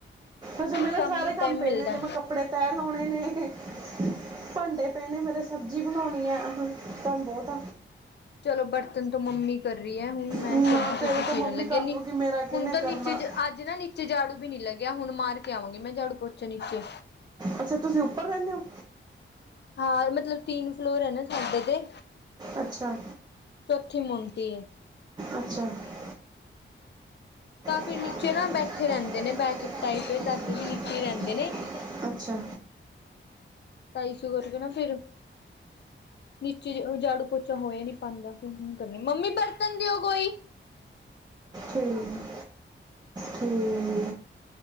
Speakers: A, on the right; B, on the left.
A: ਹਜੇ ਮੇਰੇ
B: ਸ਼ਾਮੀ
A: ਸਾਰੇ ਕੰਮ
B: ਟਾਈਮ
A: ਪਏ
B: ਮਿਲਦਾ
A: ਹਜੇ ਮੈਂ ਕੱਪੜੇ ਤੈਹ ਲਾਉਂਣੇ ਨੇ ਭਾਂਡੇ ਪਏ ਨੇ ਮੇਰੇ ਸਬਜ਼ੀ ਬਣਾਉਣੀ ਆ ਕੰਮ ਬਹੁਤ
B: ਚਲੋ ਬਰਤਨ ਤੋਂ ਮੰਮੀ ਕਰ ਰਹੀਂ ਹੈ ਹੁਣ ਮੈਂ
A: ਨਾ
B: ਸਬਜ਼ੀ
A: ਤੇਰੇ
B: ਸਬਜ਼ੀ
A: ਤਾਂ
B: ਚੀਰਨ
A: ਮੰਮੀ
B: ਲੱਗੇ
A: ਕਰ
B: ਸੀ
A: ਦੂਗੀ ਮੇਰਾ ਕਿਹਨੇ
B: ਹੁਣ ਤਾਂ
A: ਕਰਨਾ
B: ਨੀਚੇ ਅੱਜ ਨਾ ਨੀਚੇ ਜਾੜੂ ਵੀ ਨੀ ਲੱਗਿਆ ਹੁਣ ਮਾਰ ਕੇ ਆਵਾਂਗੀ ਮੈਂ ਝਾੜੂ ਪੋਚਾ ਨੀਚੇ
A: ਅੱਛਾ ਤੁਸੀਂ ਉੱਪਰ ਰਹਿੰਦੇਂ ਹੋ
B: ਹਾਂ ਮਤਲਬ ਤਿੰਨ ਫਲੋਰ ਹੈ ਨਾਂ ਸਾਡੇ ਤੇ
A: ਅੱਛਾ
B: ਚੌਥੀ ਮੁੰਟੀ ਹੈ
A: ਅੱਛਾ ਜਗ੍ਹਾ
B: ਤਾਂ ਫਿਰ
A: ਬੈਠੇ ਰਹਿੰਦੇ ਨੇ
B: ਨੀਚੇ ਨਾ ਬੈਠੇ ਰਹਿੰਦੇ
A: ਭਾਬੀ
B: ਨੇ ਬੈਠਕ
A: ਭਰਜਾਈ ਇੱਧਰ ਕੋਈ ਮੰਮੀ
B: ਟਾਈਮ ਸਪੇਰਾ ਕਰਦੇ
A: ਰਹਿੰਦੀ
B: ਨੇ ਦਾਦੂ ਵੀ ਨੀਚੇ
A: ਹੈ,
B: ਰਹਿੰਦੇ ਨੇ
A: ਅੱਛਾ
B: <inaudible> ਨੀਚੇ ਜਾੜੂ-ਪੋਚਾ ਹੋਇਆਂ ਨੀ, ਪਾਂਡ ਦਾ ਕੰਮ ਕਰ ਰਹੀ ਆਂ, ਮੰਮੀ ਬਰਤਨ ਦਿਓ ਕੋੋਈ। <inaudible>
A: ਹੂੰ, ਹੂੰ